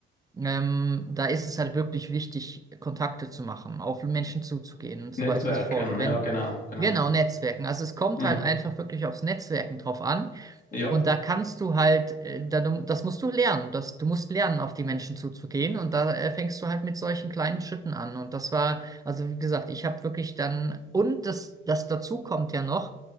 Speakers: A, on the right; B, on the left.
A: ähm, da ist es halt wirklich wichtig, Kontakte zu machen, auf Menschen zuzugehen und
B: Netzwerken,
A: so weiter und so fort. Und wenn,
B: ja, genau, genau.
A: genau, Netzwerken. Also es kommt
B: Mhm.
A: halt einfach wirklich aufs Netzwerken drauf an.
B: Ja.
A: Und da kannst du halt, äh, da, du- das musst du lernen. Das, du musst lernen, auf die Menschen zuzugehen. Und da äh, fängst du halt mit solchen kleinen Schritten an. Und das war, also wie gesagt, ich habe wirklich dann, und das, das dazu kommt ja noch,